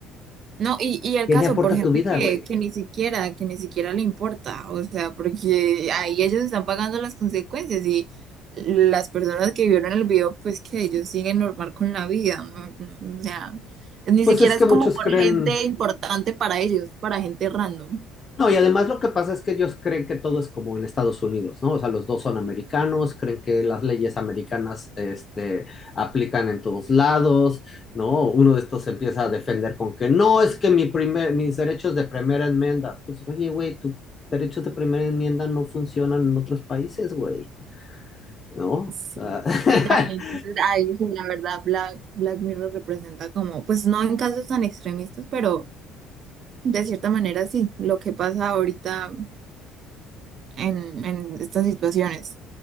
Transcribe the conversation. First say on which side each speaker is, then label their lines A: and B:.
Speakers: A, on the right; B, on the left.
A: No, y, y el
B: ¿qué
A: caso
B: le aporta
A: por gente
B: a tu vida,
A: que,
B: güey?
A: que ni siquiera, que ni siquiera le importa, o sea, porque ahí ellos están pagando las consecuencias y las personas que vieron el video, pues que ellos siguen normal con la vida, ¿no? O sea, ni
B: Pues
A: siquiera
B: es que
A: es
B: muchos
A: como por
B: creen
A: gente importante para ellos, para gente random.
B: No, y además lo que pasa es que ellos creen que todo es como en Estados Unidos, ¿no? O sea, los dos son americanos, creen que las leyes americanas, este, aplican en todos lados, ¿no? Uno de estos se empieza a defender con que no, es que mi primer, mis derechos de primera enmienda, pues, oye, güey, tus derechos de primera enmienda no funcionan en otros países, güey, ¿no? O
A: Sí.
B: sea, <laughs>
A: No, y entonces, ay, sí, la verdad, Black, Black Mirror representa como, pues no en casos tan extremistas, pero de cierta manera sí, lo que pasa ahorita en, en estas situaciones.